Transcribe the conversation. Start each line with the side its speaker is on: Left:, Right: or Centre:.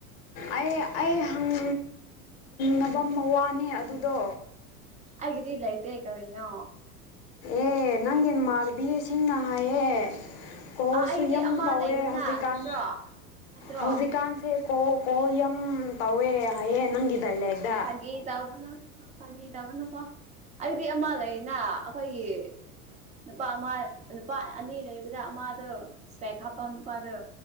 Left: ꯑꯩ ꯑꯩ ꯍꯪ ꯅꯕ ꯃ ꯋꯥꯅꯤ ꯑꯗꯨꯗꯣ
Right: ꯑꯩꯒꯤꯗꯤ ꯂꯩꯇꯦ ꯀꯔꯤꯅꯣ
Left: ꯑꯦ ꯅꯪꯒꯤ ꯃꯥꯥꯟꯕꯤꯁꯤꯡꯅ ꯍꯥꯏꯌꯦ ꯀꯣ
Right: ꯑꯥ ꯑꯩꯗꯤ
Left: ꯁꯨ ꯌꯥꯝ
Right: ꯑꯃ
Left: ꯄꯧꯋꯦ
Right: ꯂꯩꯔꯤꯅ
Left: ꯍꯧꯖꯤꯛꯀꯥꯟ
Right: ꯅꯠꯇ꯭ꯔꯣ ꯅꯠꯇ꯭ꯔꯣ
Left: ꯍꯧꯖꯤꯛꯀꯥꯟꯁꯦ ꯀꯣ ꯀꯣ ꯌꯝ ꯇꯧꯋꯦ ꯍꯥꯏꯌꯦ ꯅꯪꯒꯤ ꯗꯥꯏꯂꯦꯛ ꯗ
Right: ꯒꯤ ꯇꯧꯕꯅ ꯐꯥꯒꯤ ꯇꯧꯕꯅꯀꯣ ꯑꯩꯗꯤ ꯑꯃ ꯂꯩꯅ ꯑꯩꯈꯣꯏꯒꯤ ꯅꯨꯄꯥ ꯑꯃ ꯅꯨꯄꯥ ꯑꯅꯤ ꯂꯩꯕꯗ ꯑꯃꯗꯣ ꯏꯁꯄꯦꯛ ꯍꯥꯞꯄ ꯅꯨꯄꯥꯗꯣ